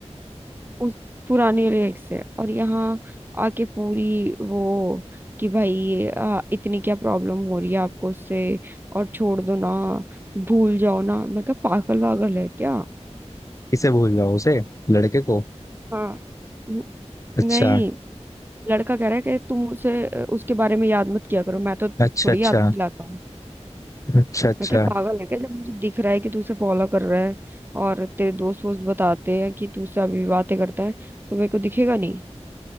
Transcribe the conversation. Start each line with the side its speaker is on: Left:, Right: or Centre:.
Right: उस पुरानी वाली एक से और यहाँ आके पूरी वो कि भाई अ, इतनी क्या प्रॉब्लम हो रही है आपको उससे और छोड़ दो ना भूल जाओ ना मैं क्या पागल वागल है क्या
Left: किसे भूल गया उसे लड़के को
Right: हाँ न-
Left: अच्छा
Right: नहीं लड़का कह रहा है कि तुम उसे अ, उसके बारे में याद मत किया करो मैं तो
Left: अच्छा
Right: थोड़ी
Left: अच्छा
Right: याद दिलाता हूँ
Left: अच्छा अच्छा
Right: मैं क्या पागल है क्या जब मुझे दिख रहा है कि तू उसे फॉलो कर रहा है और तेरे दोस्त वोस्त बताते हैं कि तू उससे अभी बातें करता है तो मेरे को दिखेगा नहीं